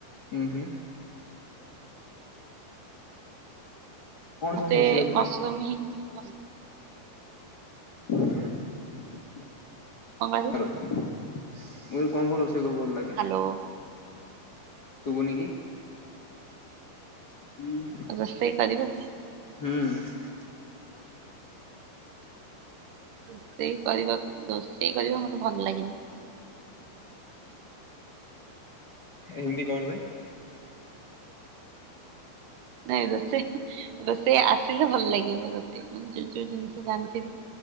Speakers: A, on the left; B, on the right.
A: ହୁଁ ହୁଁ କଣ
B: ମତେ
A: ସବୁ ରୋଷେଇ
B: ମସ୍ରୃମ ହିଁ ଟିକେ ଭଲ ଲାଗେ।
A: ଡ୍ଝ୍
B: କଁ କହିବି?
A: ହାଲୋ ମୁଁ କହିଲି କଣ କଣ ରୋଷେଇ କ ଭଲ ଲାଗେ?
B: ଲୋ।
A: ଶୁବୁନି କି? ହୁଁ।
B: ରୋଷେଇ କରିବ।
A: ହୁଁ।
B: ରୋଷେଇ କରିବାକୁ ରୋଷେଇ କରିବା ମତେ ଭଲ ଲାଗେନି।
A: ଏମିତି କଣ ପାଇଁ?
B: ନାଇଁ ରୋଷେଇ ରୋଷେଇ ଆସିଲେ ଭଲ ଲାଗିବ ରୋଷେଇ ମୁଁ ଯୋଉ ଯୋଉ ଜିନିଷ ଜାଣିଥିବି।